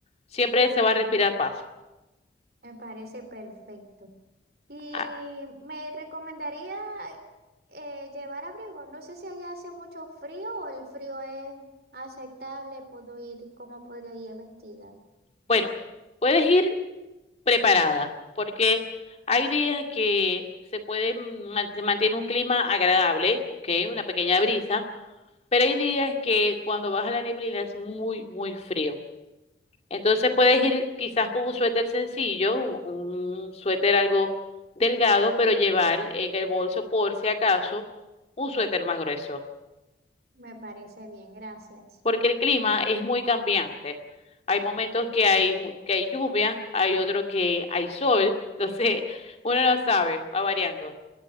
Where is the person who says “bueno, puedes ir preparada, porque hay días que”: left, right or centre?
Left